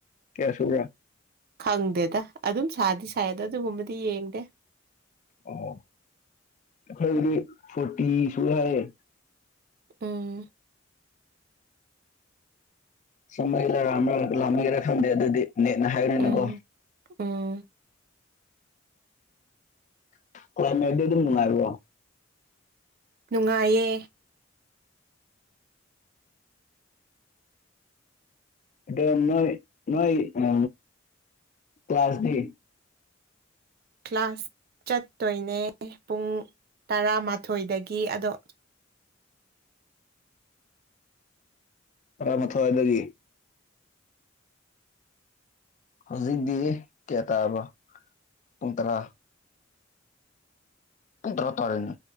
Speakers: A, on the left; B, on the right.
A: ꯀꯌꯥ ꯁꯨꯕ꯭ꯔꯥ
B: ꯈꯪꯗꯦꯗ ꯑꯗꯨꯝ ꯁꯥꯗꯤ ꯁꯥꯏꯗ ꯑꯗꯣ ꯑꯗꯨꯒꯨꯝꯕꯗꯤ ꯌꯦꯡꯗꯦ
A: ꯑꯣ ꯑꯩꯈꯣꯏꯗꯤ ꯐꯣꯔꯇꯤ ꯁꯨ ꯍꯥꯏꯌꯦ
B: ꯎꯝ
A: ꯁꯝꯕꯒꯦꯔꯔꯥꯥ ꯂꯥꯝꯕꯩ ꯂꯥꯝꯒꯦꯔꯥ ꯈꯪꯗꯦ ꯑꯗꯨꯗꯤ ꯅꯦꯠꯅ ꯍꯥꯏꯕꯅꯤꯅꯀꯣ
B: ꯎꯝ ꯎꯝ
A: <unintelligible> ꯗꯨ ꯅꯨꯉꯥꯏꯕꯔꯣ
B: ꯅꯨꯡꯉꯥꯏꯌꯦ
A: ꯑꯗꯣ ꯅꯣꯏ ꯅꯣꯏ ꯑ ꯀ꯭ꯂꯥꯁꯇꯤ
B: ꯀ꯭ꯂꯥꯁ ꯆꯠꯇꯣꯏꯅꯦ ꯄꯨꯡ ꯇꯔꯥꯃꯥꯊꯣꯏꯗꯒꯤ ꯑꯗꯣ
A: ꯇꯔꯥꯝꯊꯋꯥꯏ ꯑꯗꯨꯗꯒꯤ ꯍꯧꯖꯤꯗꯤ ꯀꯌꯥ ꯇꯥꯥꯕ꯭ꯔꯣ ꯄꯨꯡ ꯇꯔꯥ ꯀꯨꯡꯇ꯭ꯔ ꯇꯔꯦꯅꯦ